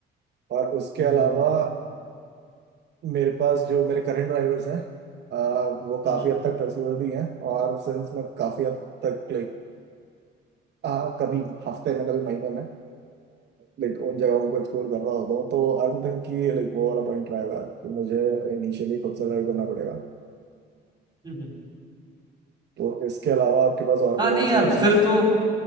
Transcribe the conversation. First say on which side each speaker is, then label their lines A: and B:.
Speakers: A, on the right; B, on the right.
A: और उसके
B: हम्म
A: अलावा
B: हम्म
A: मेरे पास जो मेरे करंट ड्राइवर्स हैं आ, वो
B: हम्म,
A: काफी
B: हम्म,
A: हद तक ट्रस्टवर्दी हैं और सिंस मैं काफी हद तक लाइक हाँ कभी हफ्ते में कभी महीने में लाइक उन जगहों को एक्सप्लोर कर रहा होता हूँ तो आई डोंट थिंक कि लाइक वो वाला पॉइंट रहेगा कि मुझे इनिशियली खुद से ड्राइव करना पड़ेगा
B: हम्म।
A: तो इसके अलावा आपके पास और
B: हाँ
A: कोई
B: नहीं
A: और
B: यार
A: सजेशन
B: फिर
A: है
B: तो